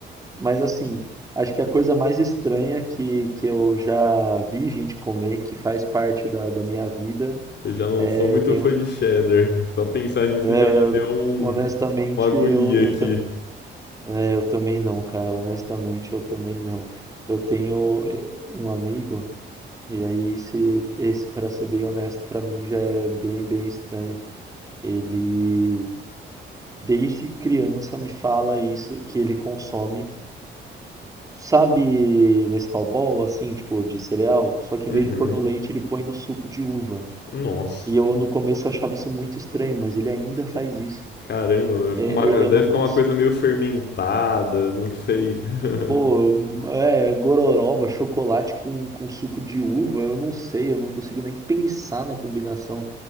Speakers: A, on the right; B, on the left.
A: mas assim, acho que a coisa mais estranha que, que eu já vi gente comer, que faz parte da, da minha vida,
B: Eu já não
A: é,
B: sou muito
A: eu tenho.
B: fã de cheddar. Só pensar nisso
A: é,
B: já me
A: eu-
B: deu um-
A: honestamente,
B: uma agonia
A: eu, eu,
B: aqui.
A: ta- é, eu também não, cara. Honestamente, eu também não. Eu tenho eh, um amigo, e aí esse, esse para ser bem honesto, pra mim já é bem, bem estranho. Ele, desde criança, me fala isso, que ele consome. Sabe Nescau Ball, assim, tipo, de cereal? Só que
B: Uhum.
A: em vez de pôr no leite, ele põe no suco de uva.
B: Nossa.
A: E eu no começo achava isso muito estranho, mas ele ainda faz isso.
B: Caramba, deve
A: É,
B: ficar uma,
A: e- eu
B: deve
A: não
B: ficar
A: consigo.
B: uma coisa meio fermentada, não sei. <laughs>
A: Pô, é, gororoba, chocolate com, com suco de uva, eu não sei, eu não consigo nem pensar na combinação.